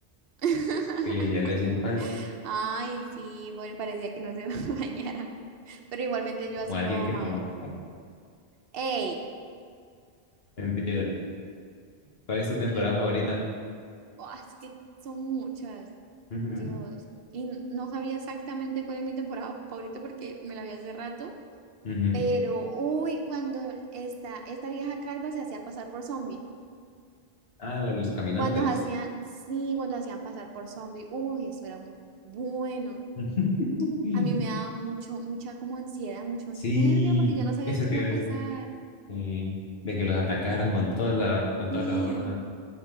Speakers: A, on the right; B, on the left.
A: <laughs>
B: Que ya le hacía falta,
A: Ay, sí, bueno, parecía que no se <laughs> bañara, pero igualmente yo
B: como
A: así
B: alguien
A: lo amaba.
B: que conozco.
A: ¡Ey!
B: Entiendo. ¿Cuál es tu temporada
A: Dios,
B: favorita?
A: oh, es que son muchas.
B: Ujú,
A: Dios. Y n- no sabía exactamente cuál es mi temporada <laughs> favorita porque me la vi hace rato,
B: ujú.
A: pero uy, cuando esta, esta vieja calva se hacía pasar por zombie.
B: Ah, la de los caminantes.
A: Cuando hacían, sí, cuando hacían pasar por zombie, uy, eso era muy bueno.
B: <laughs>
A: A mí me daba mucho, mucha como ansiedad, mucho
B: Sí,
A: nervio porque yo no sabía
B: eso
A: qué
B: te
A: iba
B: iba
A: a
B: a
A: pasar.
B: decir. Sí, de que los atacaran con toda la, con
A: Y,
B: toda la horda.